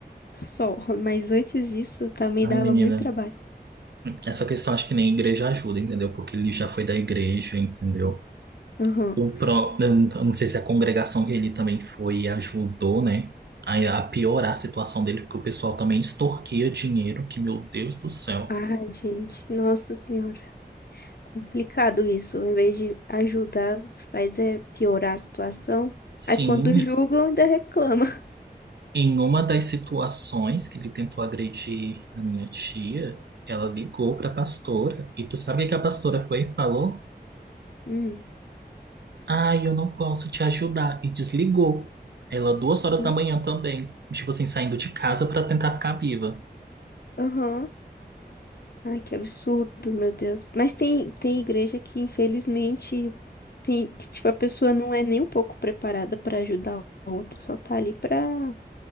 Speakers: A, on the left; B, on the right.
A: Só. Mas antes disso, também
B: Ai,
A: dava
B: menina,
A: muito trabalho.
B: essa questão acho que nem a igreja ajuda, entendeu? Porque ele já foi da igreja, entendeu?
A: Uhum.
B: O pró, eu não eu não sei se a congregação que ele também foi ajudou, né? A, a piorar a situação dele, porque o pessoal também extorquia dinheiro, que meu Deus do céu.
A: Ai, gente. Nossa Senhora. Complicado isso. Em vez de ajudar, faz é piorar a situação.
B: Sim,
A: Aí quando julgam, ainda reclamam.
B: Em uma das situações que ele tentou agredir a minha tia, ela ligou para a pastora. E tu sabe o que a pastora foi e falou?
A: Hum.
B: Ah, eu não posso te ajudar. E desligou. Ela, duas horas
A: e-
B: da manhã também. Tipo assim, saindo de casa para tentar ficar viva.
A: Aham. Ai, que absurdo, meu Deus. Mas tem, tem igreja que, infelizmente, tem, que, tipo, a pessoa não é nem um pouco preparada para ajudar a outra, só tá ali pra